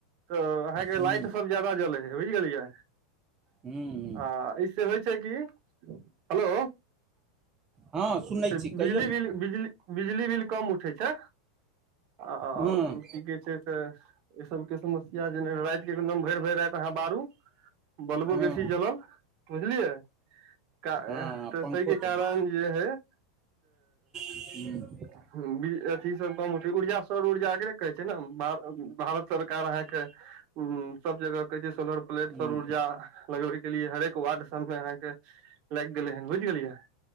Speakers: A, on the right; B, on the right.
A: तऽ अहाँके
B: हूँ
A: लाइट सब ज्यादा जलै हय बुझ गेलियै
B: हू
A: आ ईसे होइ छै की हेलो
B: हँ
A: बिजली
B: सुनै छी कहियौ ने
A: बिल बिजली बिजली बिल कम उठै छैय आओर
B: हँ
A: की कहै छैय त ई सबके समस्या जेना रात के एकदम भरि भरि राति अहाँ बारू बल्बों
B: हँ
A: बेसी जलल बुझलियै का
B: हँ पंखो
A: तहिके
B: चल
A: कारण जे हय
B: <inaudible>
A: <unintelligible> अथी सब <unintelligible> इ ऊर्जा सर ऊर्जा एकरे कहै छै नऽ भा भारत सरकार अहाँके उ सब जगह कहै छैय सोलर प्लेट
B: हूँ
A: पर ऊर्जा लगबे लिए हरेक वार्ड सब मे अहाँके लागि गेले हन बुझ गेलियै